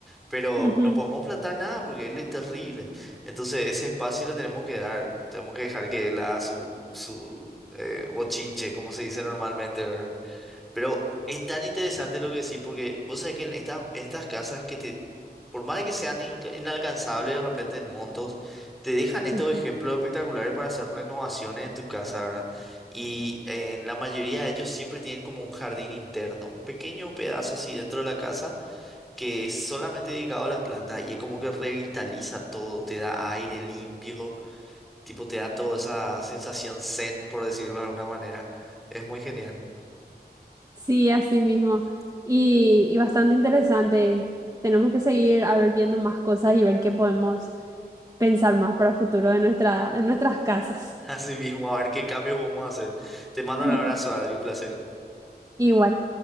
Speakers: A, in the centre; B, on the right.
A: pero
B: Ujú,
A: no podemos plantar nada porque él es terrible. Entonces ese espacio le tenemos que dar, tenemos que dejar que él haga su, su eh, bochinche, como se dice normalmente, ¿verdad? Pero es tan interesante lo que decís, porque vos sabés que en estas, en estas casas que te, por más de que sean in- inalcanzables de repente en montos, te dejan estos
B: ujú.
A: ejemplos espectaculares para hacer renovaciones en tu casa, ¿verdad? Y en la mayoría de ellos siempre tienen como un jardín interno, un pequeño pedazo así dentro de la casa que es solamente dedicado a las plantas y es como que revitaliza todo, te da aire limpio, tipo te da toda esa sensación zen, por decirlo de alguna manera. Es muy genial.
B: Sí, así mismo. Y, y bastante interesante. Tenemos que seguir a ver viendo más cosas y ver qué podemos pensar más para el futuro de nuestra, de nuestras casas.
A: <laughs>
B: <laughs>
A: Así mismo, a ver qué cambios podemos hacer. Te mando
B: Sí.
A: un abrazo, Adri, un placer.
B: Igual.